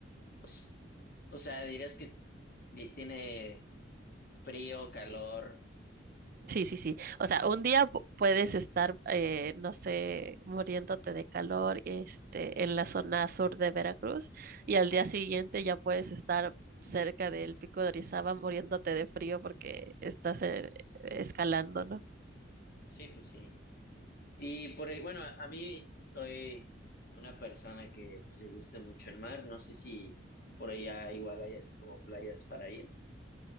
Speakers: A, on the left; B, on the right.
A: O, s- o sea, dirías que di- tiene frío, calor.
B: Sí, sí, sí. O sea, un día pu- puedes estar, eh, no sé, muriéndote de calor, este, en la zona sur de Veracruz, y al día siguiente ya puedes estar cerca del pico de Orizaba muriéndote de frío porque estás eh, escalando, ¿no?
A: Sí, pues sí. Y por, ahí- bueno, a mí soy una persona que pues, le gusta mucho el mar. No sé si por allá igual hay así como playas para ir.